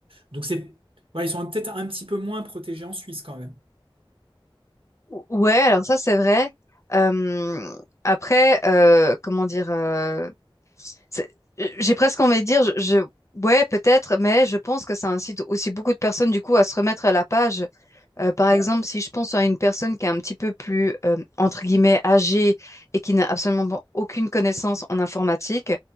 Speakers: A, on the right; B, on the left.
A: Donc c'est, voilà, ils sont peut-être un petit peu moins protégés en Suisse quand même.
B: Ou- Ouais, alors ça c'est vrai. Euh, après, euh, comment dire, euh, c'est- j'ai presque envie de dire, je, je- ouais peut-être, mais je pense que ça incite aussi beaucoup de personnes du coup à se remettre à la page. Euh, par
A: D'accord.
B: exemple, si je pense à une personne qui est un petit peu plus euh, entre guillemets âgée et qui n'a absolument pas- aucune connaissance en informatique,